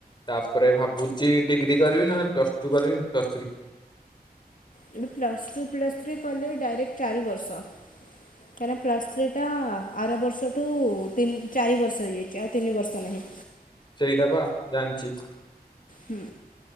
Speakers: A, on the left (about 30°); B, on the left (about 55°).
A: ତାପରେ ଭାବୁଛି ଡିଗ୍ରୀ କରିବି ନହେଲେ ପ୍ଲସ ଟୁ କରିବି ନା ପ୍ଲସ ଥ୍ରୀ।
B: କିନ୍ତୁ ପ୍ଲସ୍ ଟୁ ପ୍ଲସ୍ ଥ୍ରୀ କଲେ ଡାଇରେକ୍ଟ ଚାରି ବର୍ଷ। କାହିଁକିନା ପ୍ଲସ୍ ଥ୍ରୀ ଟା ଆର ବର୍ଷଠୁ ତିନ୍ ଚାରି ବର୍ଷ ହେଇଯାଇଛି ଆଉ ତିନି ବର୍ଷ ନାହିଁ।
A: ସେଇଟା ବା ଜାଣିଚି।
B: ହୁଁ